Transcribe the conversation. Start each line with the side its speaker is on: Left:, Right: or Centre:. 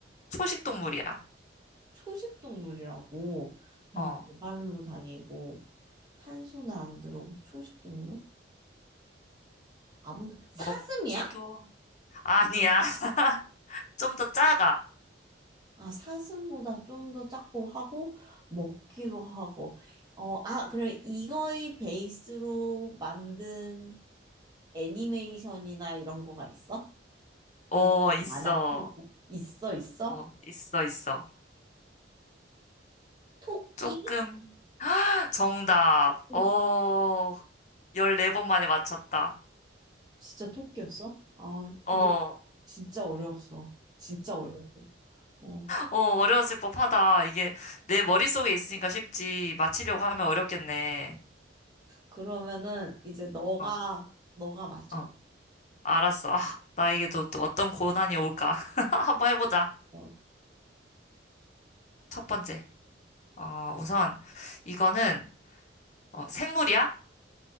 Left: 초식 동물이야.
Right: 초식 동물이라고 그냥
Left: 어,
Right: 네 발로 다니고 한 손에 안 들어오고 초식 동물? 아무도 사슴이야?
Left: 먹기도, 아니야. <laughs> 좀 더 작아.
Right: 아 사슴보다 좀 더 작고 하고 먹기도 하고 어 아 그럼 이거의 베이스로 만든 애니메이션이나 이런 거가 있어?
Left: 어,
Right: 유명한
Left: 있어.
Right: 만화 캐릭터 있어 있어?
Left: 어, 있어, 있어.
Right: 토끼?
Left: 조금, <laughs> 정답.
Right: 어
Left: 어, 14번 만에 맞췄다.
Right: 진짜 토끼였어? 아
Left: 어,
Right: 근데 진짜 어려웠어 진짜 어려웠어 어.
Left: 어, 어려웠을 법하다. 이게 내 머릿속에 있으니까 쉽지. 맞히려고 하면 어렵겠네.
Right: 그러면은 이제 너가
Left: 어.
Right: 너가 맞춰.
Left: 어. 알았어. 아, 나에게도 또 어떤 고난이 올까? <laughs> 한번 해보자.
Right: 어,
Left: 첫 번째. 어, 우선, 이거는, 어, 생물이야?